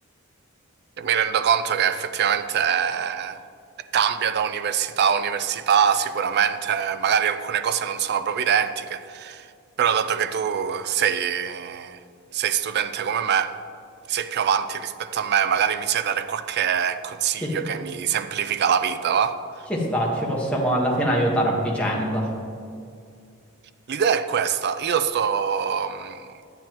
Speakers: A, on the right; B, in the centre.
A: E mi rendo conto che effettivamente eh, cambia da università a università, sicuramente eh, magari alcune cose non sono proprio identiche, però dato che tu sei, sei studente come me, sei più avanti rispetto a me, magari mi sai dare qualche consiglio
B: Ci,
A: che mi semplifica la vita, va?
B: ci sta, ci possiamo alla fine aiutare a vicenda.
A: L'idea è questa, io sto... mh,